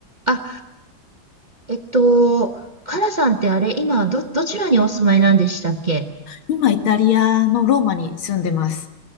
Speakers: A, on the right (about 30°); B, on the left (about 75°).
A: あ、えっと、かなさんってあれ、今、ど、どちらにお住まいなんでしたっけ
B: 今、イタリアのローマに住んでます。